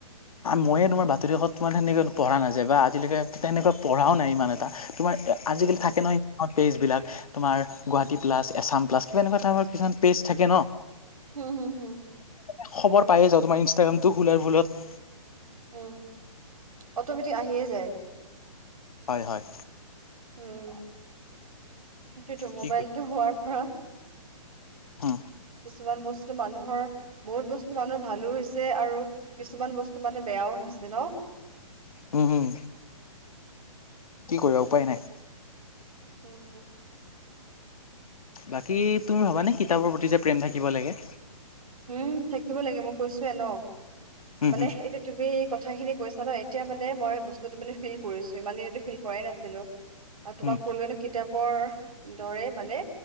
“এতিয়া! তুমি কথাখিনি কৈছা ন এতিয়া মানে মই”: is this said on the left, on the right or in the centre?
Right